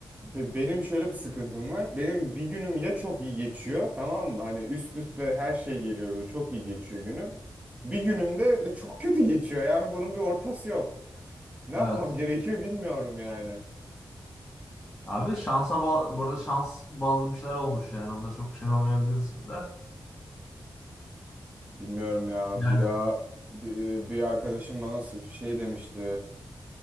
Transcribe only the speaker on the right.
be- benim şöyle bir sıkıntım var. Benim bir günüm ya çok iyi geçiyor tamam mı? Hani üst üste her şey geliyor böyle çok iyi geçiyor günüm. Bir günüm de e, çok kötü geçiyor yani bunun bir ortası yok. Ne
yapmam gerekiyor bilmiyorum yani.
Bilmiyorum ya
bir daha bir, bir arkadaşım bana s- şey demişti.